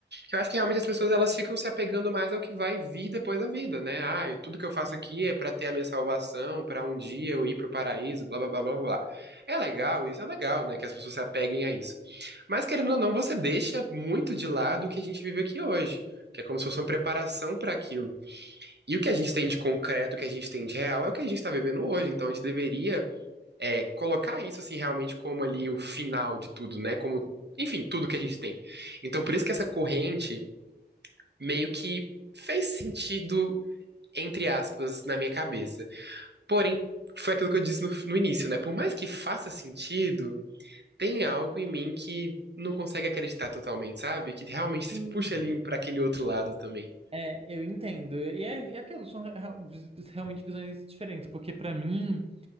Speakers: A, on the right (about 80°); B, on the right (about 35°).
A: Eu acho que realmente as pessoas elas ficam se apegando mais ao que vai vir depois da vida, né? Ah, eu- tudo que eu faço
B: sim,
A: aqui é pra ter a minha salvação, pra um dia eu ir pro paraíso, blá, blá, blá, blá, blá. É legal, isso é legal, né? Que as pessoas se apeguem a isso. Mas, querendo ou não, você deixa muito de lado o que a gente vive aqui hoje, que é como se fosse uma preparação pra aquilo. E o que a gente tem de concreto, o que a gente tem de real, é o que a gente está vivendo hoje. Então a gente deveria é, colocar isso, assim, realmente como ali o final de tudo, né? Como, enfim, tudo que a gente tem. Então por isso que essa corrente meio que fez sentido, entre aspas, na minha cabeça. Porém, foi aquilo que eu disse no, no início, né? Por mais que faça sentido, tem algo em mim que não consegue acreditar totalmente, sabe? Que realmente se
B: sim.
A: puxa ali pra aquele outro lado também.
B: É, eu entendo. E é, é aquilo, são re- realmente visões diferentes, porque para mim.